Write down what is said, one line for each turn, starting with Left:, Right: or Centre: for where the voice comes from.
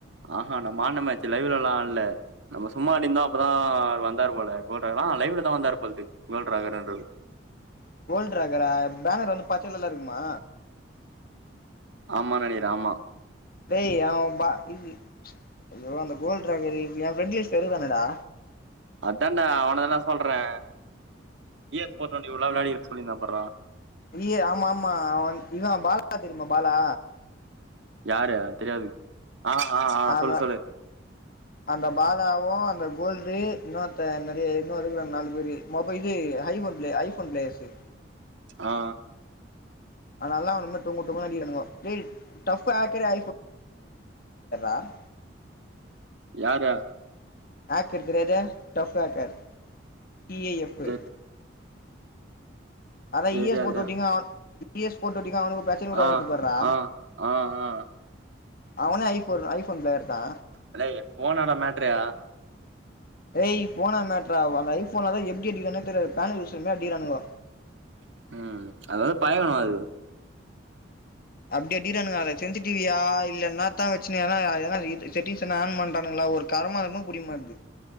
Right: ஆ நம்ம ஆடுன மேச்சு லைஃவ்லலா ஆட்ல நம்ம சும்மா அடிந்தா அப்பதா வந்தாரு போல கோல்லா லைவ்லதா வந்தாரு போல்து கோல்ராகருன்றவரு
Left: கோல்டிராகரா பேனர் வந்து பச்ச கலர்ல இருக்குமா
Right: ஆமா நெனைக்கிற ஆமா
Left: டேய் ஆ பா ய்ய அய்யோ அந்த கோல்ட்ராகரு எ ஃபெண்ட் லிஸ்ட்ல இருக்காரானேடா
Right: அதான்டா அவனெல்லா சொல்றே இ எஸ் போர் டொண்டி <unintelligible> விளையாடி சொல்லிருந்தான்ப் பார்றா
Left: விரியே ஆமா ஆமா இதா பாலா தெரியுமா பாலா
Right: யாரு தெரியாது ஆ ஆ ஆ
Left: அவ
Right: சொல்லு சொல்லு
Left: அந்த பாலாவு அந்த கோல்ரி இன்னொருத்த என்னது இன்னு இருக்கிறாங் நாலு பேரு மொபை இது ஐஃபோன் ப்ளே ஐஃபோன் பிளேஸு
Right: ஆ
Left: அது நல்லா வரும்போடொங்கு டவங்குனு அடிக்கிறாங்கோ ஏ டப் ஆக்கரே <unintelligible>
Right: யார
Left: ஆக்கர்க்கிறேடு டஃப் ஆக்கர் டி ஏ எப்பு
Right: தெ
Left: அதா
Right: தெரியாது
Left: இ எஸ் போட்டுட்டிங்னா இ எஸ் போட்டு விட்டிங்கா அவனுக்கு பிரச்சனை கூட
Right: ஆ
Left: வந்துட்டு பாறா
Right: ஆ ஆ ஆ
Left: அவனே ஐபோன் ஐபோன் பிளையர் தா
Right: அல்லேய் போன் ஆடா மேட்ரு
Left: ஏய் போனா மேட்ரா அந்த ஐபோன்லா எப்டி அடிக்கிறானே தெரியாது பேலே யூஸர்னே அடிக்குறானுங்கோ
Right: ம் அது வந்து பயக்கணு அது
Left: அப்படி அடிறானுங்க அத சென்சடிவியா இல்லன்னத்தா வச்சு ஏதனா எதனா செட்டிங்ஸ் என்ன ஆன் பண்றானுங்களா ஒர்க் கரமாலுமே புடிக்மாது